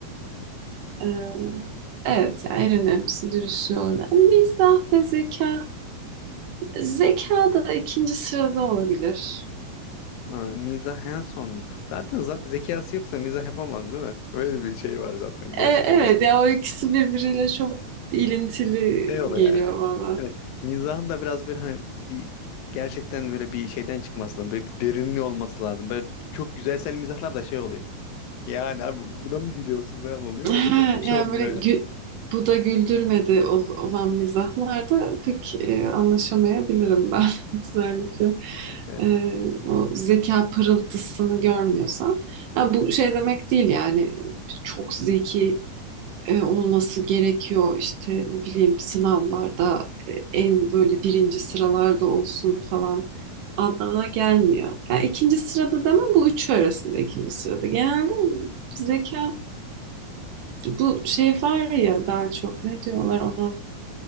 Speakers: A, on the right; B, on the left.
A: Ee, evet yani en önemlisi dürüstlüğü olurdu. Yani mizah ve zeka Zeka da ikinci sırada olabilir.
B: Ha, mizah en son. Zaten zaten zekası yoksa mizah yapamaz değil mi? Öyle bir şey var zaten gerçek
A: E, evet ya o ikisi birbiriyle çok ilintili
B: şey oluyor
A: geliyor
B: yani böyle,
A: bana.
B: hani mizahın da biraz böyle hani bir gerçekten böyle bir şeyden çıkması lazım. Böyle bir derinliği olması lazım. Böyle çok güzelsel mizahlar da şey oluyor. Yani abi buna mı gülüyorsun falan oluyor.
A: <laughs>
B: O da çok hoş
A: Yani
B: olmuyor
A: böyle gü-
B: yani.
A: bu da güldürmedi ol- olan mizahlarda pek e, anlaşamayabilirim ben <laughs> özellikle.
B: Evet.
A: e, o zeka pırıltısını görmüyorsam. Ha, bu şey demek değil yani çok zeki e, olması gerekiyor. İşte ne bileyim sınavlarda e, en böyle birinci sıralarda olsun falan anlamına gelmiyor. Yani ikinci sırada demem bu üçü arasında ikinci sırada. Genelde zeka bu şey var ya daha çok ne diyorlar ona